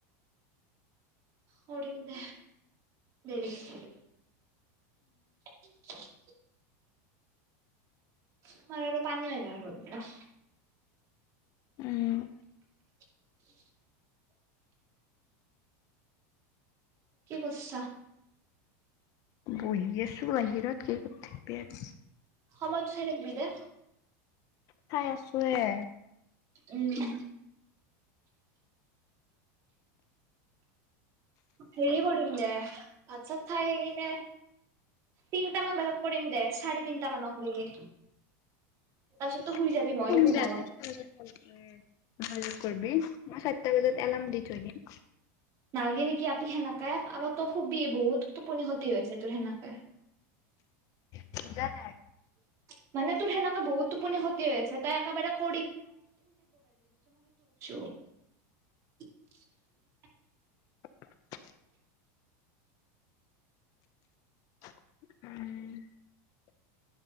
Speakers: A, on the right; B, on the left.
A: কৰিম দে, দেৰি কে। <unintelligible> আমাৰ আৰু পানী হয় গা <unintelligible>
B: উম।
A: <unintelligible> কি কৰিছা?
B: বহি আছো বাহিৰত <unintelligible>
A: সময়ত চাই থাকবি দে।
B: চাই আছো এ।
A: উম। হেৰি কৰিম দে, ভাত চাত খাই কিনে তিনটামান বজাত কৰিম দে চাৰে তিনটা মানৰ লৈকে।
B: <unintelligible>
A: তাৰপিছততো শুই যাবি মইয়ো
B: যোগাযোগ
A: শুম অলপ
B: কৰবি মই চাইটা বজাত এলাৰ্ম দি থৈ দিম।
A: নালগে নেকি আপি সেনেকে? অলপ ট শুবি বহুত টোপনি খতি হৈছে তোৰ সেনেকে।
B: বুজা নাই <inaudible>
A: <unintelligible> <inaudible> মানে তোৰ সেনেকে বহুত টোপনি ক্ষতি হৈ আছে তই একেবাৰে ক <unintelligible> <unintelligible> <inaudible>
B: <unintelligible> <inaudible> উম